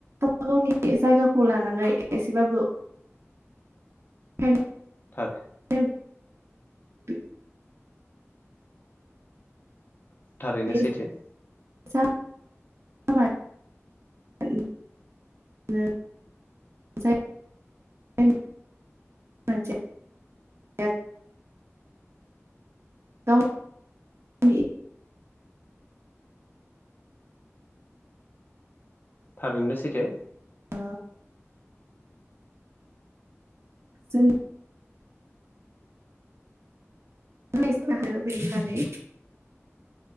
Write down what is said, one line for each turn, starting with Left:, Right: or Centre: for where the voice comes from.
Right: गावबा गावनि जायगाखौ लानानै एसेबाबो ओंखायनो
Left: <unintelligible>
Right: <unintelligible>
Left: थारैनो
Right: बे
Left: सैथो।
Right: <unintelligible> <unintelligible>
Left: थारैनो सैथो।
Right: ओ जों <unintelligible> बेनि बागै